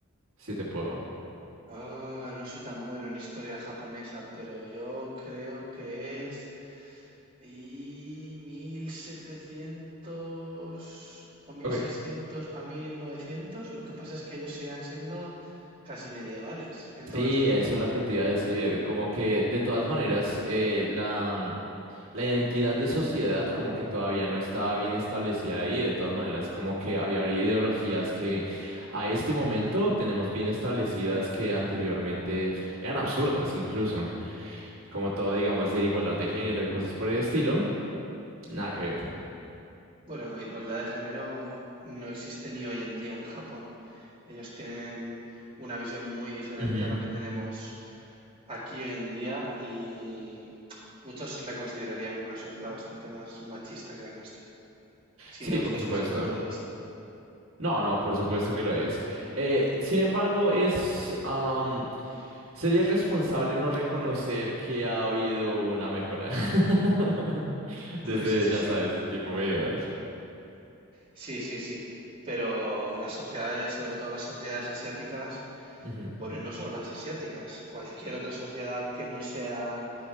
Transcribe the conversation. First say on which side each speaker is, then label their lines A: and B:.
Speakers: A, on the right; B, on the right.
A: si te puedo.
B: Ah, no soy tan bueno en historia japonesa, pero yo creo que es... Y 1700 o mil
A: Ok,
B: seiscientos a 1900, lo que pasa es que ellos seguían siendo casi medievales en todo
A: Sí,
B: ese tiempo.
A: eso es lo que te iba a decir. Como que de todas maneras eh, la, mm, la identidad de sociedad como que todavía no estaba bien establecida ahí. De todas maneras como que había ideologías que a este momento tenemos bien establecidas que anteriormente eran absurdas incluso. Como todo, digamos, de igualdad de género y cosas por el estilo. Nada que ver.
B: Bueno, igualdad de género no existe ni hoy en día en Japón. Ellos tienen una visión muy diferente
A: Ujú.
B: a lo que tenemos aquí hoy en día y muchos la considerarían una sociedad bastante más machista que la nuestra, si
A: Sí,
B: lo ves
A: por
B: desde
A: supuesto.
B: ese punto de vista.
A: No, no, por supuesto que lo es. Eh, sin embargo, es, am, sería irresponsable no reconocer que ha habido una mejora <laughs> desde,
B: Hombre, sí, sí,
A: ya
B: sí.
A: sabes, el tiempo medieval.
B: Sí, sí, sí. Pero las sociedades, sobre todo las sociedades asiáticas,
A: Ujú,
B: bueno, y no solo las asiáticas, cualquier otra sociedad que no sea